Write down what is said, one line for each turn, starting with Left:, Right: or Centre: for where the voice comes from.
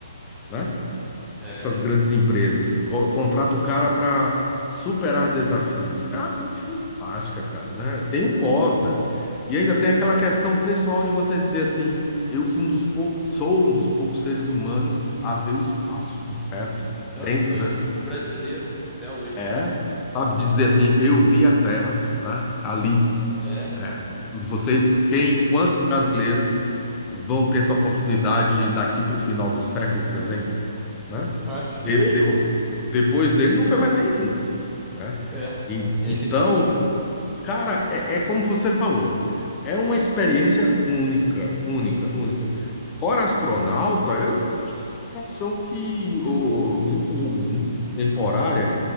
Left: né?
Centre: É.
Left: Essas grandes empresas co- contrata o cara para superar desafios. É uma coisa fantástica, cara, né? Tem o pós, né? E ainda tem aquela questão pessoal de você dizer assim, eu fui um dos poucos, sou um dos poucos seres humanos a ver o espaço de perto,
Centre: É,
Left: dentro,
Centre: Foi
Left: né?
Centre: o único brasileiro, né, até hoje.
Left: É, sabe, de dizer assim, eu vi a Terra, né? Ali.
Centre: É.
Left: É, vocês, quem, quantos brasileiros vão ter essa oportunidade daqui para o final do século, por exemplo, né?
Centre: Acho
Left: De-
Centre: que nenhum.
Left: de- depois dele não foi mais nenhum, né?
Centre: É.
Left: E-
Centre: Ele
Left: então,
Centre: foi o único.
Left: cara, é, é como você falou, é uma experiência única, única, única. Fora astronauta, eu não tenho profissão que, ou, mesmo seja né, temporária,